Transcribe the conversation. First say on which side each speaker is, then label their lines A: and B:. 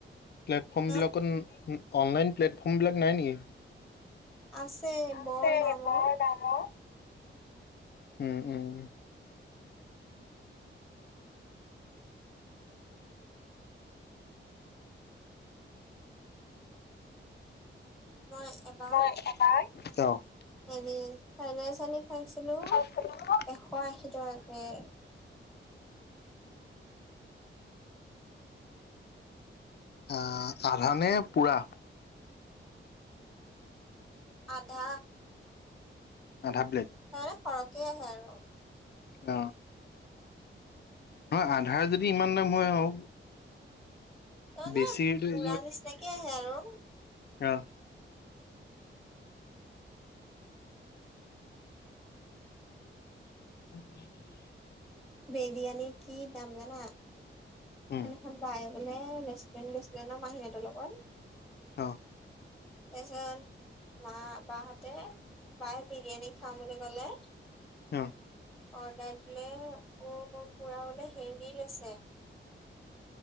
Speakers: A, on the left; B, in the centre.
A: প্লেটফৰ্ম
B: হা
A: বিলাকত, অনলাইন প্লেটফৰ্ম বিলাক নাই নেকি?
B: আছে।
A: আছে
B: বৰ দামৰ
A: বৰ দাম অ', উম, উম,
B: মই এবাৰ
A: বৰ এটাৰ
B: হেৰি ফ্ৰাইড ৰাইচ আনি খাইছিলো
A: আশী টকা।
B: এশ আশী টকাকে।
A: আহ আধানে পুৰা?
B: আধা।
A: আধা প্লেট।
B: মানে সৰহকে আহে আৰু।
A: অ', ন আধাৰ যদি ইমান দাম হয় আৰু।
B: তাৰমানে
A: বেছি হেই
B: পুৰা নিচিনাকে আহে আৰু
A: অ', উম। <unintelligible>
B: বিৰিয়ানী কি দাম জানা?
A: উম
B: সেইদিনা খন বায়ে বোলে ৰেষ্টুৰেণ্ট গৈছিলে মাহীহতৰ লগত।
A: অ',
B: তাৰপিছত মা বাহঁতে বায়ে বিৰিয়ানী খাম বুলি ক'লে,
A: অ',
B: অৰ্ডাৰ দিলে অ' পুৰা হলে হেৰি লৈছে,